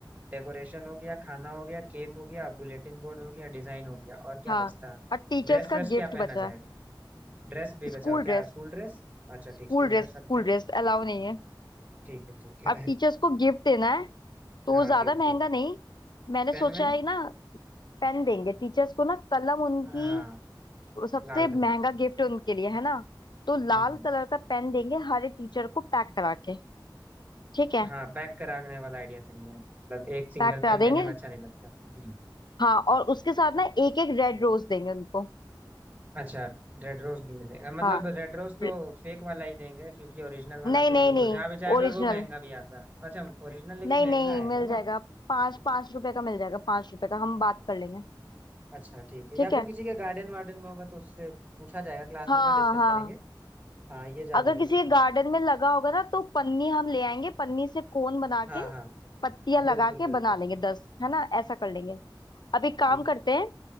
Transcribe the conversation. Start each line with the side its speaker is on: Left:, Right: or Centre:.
Right: डेकोरेशन हो गया खाना हो गया केक हो गया बुलेटिन बोर्ड हो गया डिजाइन हो गया और क्या
Left: हाँ
Right: बचता है
Left: और टीचर्स
Right: ड्रेस
Left: का
Right: व्रेस
Left: गिफ्ट
Right: क्या पहना
Left: बचा
Right: जाएगा
Left: है
Right: ड्रेस भी बचाओ
Left: School
Right: क्या
Left: dress
Right: स्कूल ड्रेस अच्छा ठीक
Left: school
Right: स्कूल
Left: dress
Right: ड्रेस
Left: School
Right: रखते हैं
Left: dress allow नहीं है
Right: ठीक है ठीक है
Left: अब टीचर्स को गिफ्ट देना है
Right: <laughs>
Left: तो
Right: हाँ
Left: ज्यादा
Right: गिफ्ट
Left: महंगा नहीं मैंने
Right: पेन
Left: सोचा
Right: वेन
Left: है ना पेन देंगे टीचर्स को ना कलम उनकी
Right: हाँ
Left: वो सबसे
Right: लाल
Left: महंगा
Right: कलर
Left: गिफ्ट उनके लिए है ना तो लाल
Right: हम्म हम्म।
Left: कलर का पेन देंगे हर एक टीचर को पैक करा के ठीक है
Right: हाँ पैक कराने वाला आइडिया सही है मतलब एक सिंगल
Left: पैक करा
Right: पेन देने
Left: देंगे
Right: में अच्छा नहीं लगता जी
Left: हाँ और उसके साथ ना एक एक रेड रोज देंगे उनको
Right: अच्छा रेड रोज भी मिलेगा मतलब
Left: हाँ
Right: रेड रोज तो
Left: रे-
Right: फेक वाला ही देंगे क्योंकि ओरिजिनल वाला
Left: नहीं
Right: फिर
Left: नहीं
Right: वो मुरझा
Left: नहीं
Right: भी जाएगा
Left: ओरिजिनल
Right: और वो महंगा भी आता है अच्छा ओरिजिनल लेकिन
Left: नहीं
Right: महंगा
Left: नहीं
Right: आएगा
Left: मिल जाएगा
Right: ना
Left: पाँच पाँच रुपए का मिल जाएगा पाँच रुपए का हम बात कर लेंगे
Right: अच्छा ठीक है
Left: ठीक
Right: या फिर
Left: है
Right: किसी के गार्डन वार्डन में होगा तो उससे पूछा जाएगा क्लास
Left: हाँ
Right: में एक बार डिस्कस
Left: हाँ
Right: करेंगे हाँ ये ज्यादा
Left: अगर
Right: सही
Left: किसी
Right: रहेगा
Left: के गार्डन में लगा होगा ना तो पन्नी हम ले आएंगे पन्नी से कोन बना के
Right: हाँ हाँ
Left: पत्तियां
Right: बिल्कुल
Left: लगा के
Right: बिल्कुल
Left: बना लेंगे दस है ना ऐसा कर लेंगे अब एक काम
Right: ठीक
Left: करते
Right: है
Left: हैं